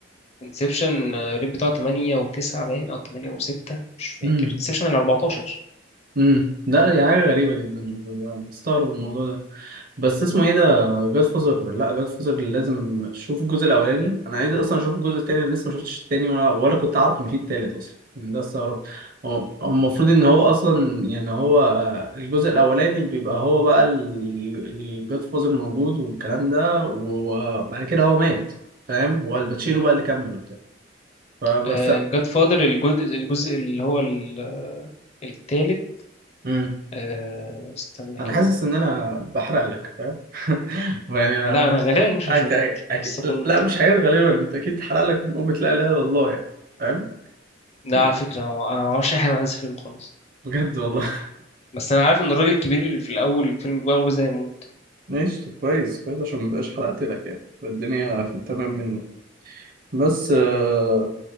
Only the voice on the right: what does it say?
امم
امم <clears throat> لا دي حاجة غريبة جدا مستغرب الموضوع ده بس اسمه ايه ده جاد فوزر لا جاد فوزر لازم اشوف الجزء الاولاني انا عايز اصلا اشوف الجزء التاني انا لسه ما شفتش التاني ولا ولا كنت اعرف ان في التالت اصلا يعني ده استغربت هو هو المفروض ان هو اصلا يعني هو آه، الجزء الاولاني بيبقى هو بقى الجاد فوزر موجود والكلام ده وبعد كده هو مات فاهم هو الباتشينو بقى اللي كمل وبتاع فبس
امم
انا
حاسس ان انا بحرق لك فاهم <laughs> يعني
أنت أكيد
لا مش حاجات غالبا أنت أكيد اتحرق لك من أمة لا إله إلا الله يعني فاهم؟
ال-
بجد والله
<laughs> ماشي طب كويس كويس عشان مبقاش حرقت لك يعني يبقى الدنيا في التمام منه بس آه...